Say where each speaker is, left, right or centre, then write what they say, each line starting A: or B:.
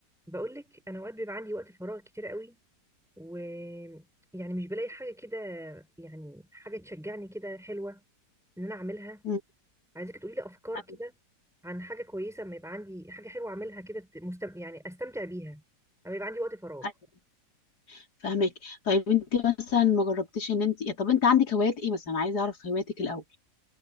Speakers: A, in the centre; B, on the left.
A: بقول لك انا اوقات بيبقى عندي وقت فراغ كتير قوي ويعني مش بلاقي حاجه كده يعني حاجه تشجعني كده حلوه ان انا اعملها
B: مم.
A: عايزاكي تقولي لي افكار
B: ايوه
A: كده عن حاجه كويسه اما يبقى عندي حاجه حلوه اعملها كده ت- مستم... يعني استمتع بيها اما يبقى عندي وقت فراغ
B: ايوه فاهمك طيب انت مثلا ما جربتيش ان انت يعني طب انت عندك هوايات ايه مثلا عايزه اعرف هواياتك الاول